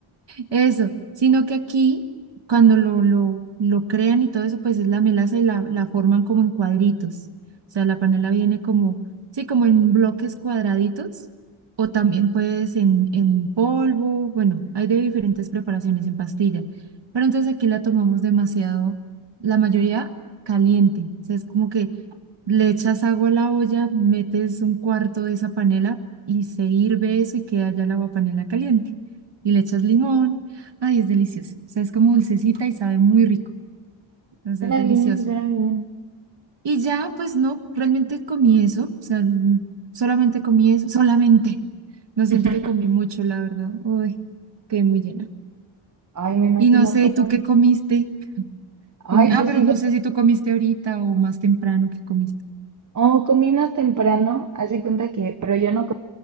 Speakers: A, on the right; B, on the right.
A: Eso, sino que aquí, cuando lo, lo, lo crean y todo eso, pues es la melaza y la, la forman como en cuadritos. O sea, la panela viene como, sí, como en bloques cuadraditos, o también pues en, en polvo, bueno, hay de diferentes preparaciones en pastilla. Pero entonces aquí la tomamos demasiado, la mayoría caliente. O sea, es como que le echas agua a la olla, metes un cuarto de esa panela y se hirve eso y queda ya el agua panela caliente. Y le echas limón. Ay, es delicioso. O sea, es como dulcecita y sabe muy rico. Entonces
B: Suena
A: es delicioso.
B: bien, suena bien.
A: Y ya, pues no, realmente comí eso. O sea, mm, solamente comí eso. Solamente. No siento
B: <laughs>
A: que comí mucho, la verdad. Uy, quedé muy llena.
B: Ay, me imagino,
A: Y no sé,
B: pero.
A: ¿y tú qué comiste?
B: Ay,
A: Comí... Ah,
B: pues
A: pero
B: fíjate.
A: no sé si tú comiste ahorita o más temprano que comiste.
B: Oh, comí más temprano. Hace cuenta que. Pero yo no comí.